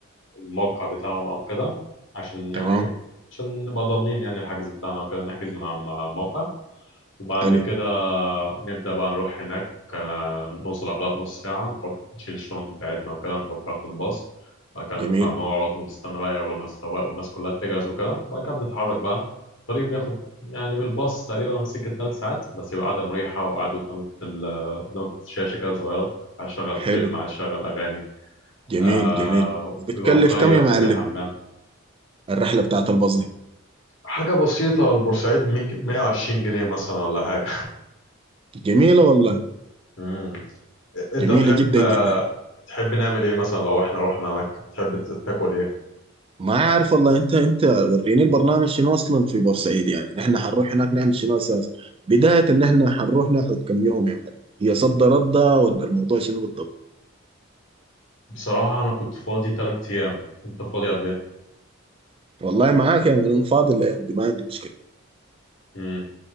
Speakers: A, on the left; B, on the right.
A: الموقع بتاعهم أو كده عشان
B: تمام
A: يعني إيه، عشان نبقى ضامنين يعني الحجز بتاعنا وكده نحجز من على الموقع وبعد
B: حلو
A: كده نبدأ بقى نروح هناك آه، نوصل قبلها بنص ساعة نحط نشيل الشنط بتاعتنا وكده نحطها في الباص بعد كده
B: جميل
A: نطلع نقعد ونستنى بقى قبل ما السواق والناس كلها تجهز وكده بعد كده بنتحرك بقى الطريق بياخد يعني بالباص تقريبا سكة ثلاث ساعات بس يبقى قاعدة مريحة وقاعد قدام ال- قدام شاشة كده صغيرة عايز أشغل
B: حلو
A: فيلم عايز أشغل أغاني
B: جميل
A: آه
B: جميل وبتكلف
A: بيبقى مكيف
B: كم يا معلم
A: وفيه حمام
B: الرحلة بتاعت الباص دي
A: حاجة بسيطة البورسعيد 120 جنيه مثلا ولا حاجة
B: جميلة والله
A: <laughs> مم. انت
B: جميلة
A: تحب
B: جدا جدا
A: تحب نعمل ايه مثلا لو احنا رحنا مكة تحب ت- تاكل ايه
B: ما عارف والله انت انت وريني البرنامج شنو اصلا في بورسعيد يعني نحن حنروح هناك نعمل شنو اساسا بداية ان احنا حنروح نقعد كم يوم يا معلم هي صد ردة ولا الموضوع شنو بالضبط
A: بصراحة انا كنت فاضي تلات ايام انت فاضي قد ايه
B: والله معاك يا مان، انا فاضي الايام دي ما عندي مشكله
A: امم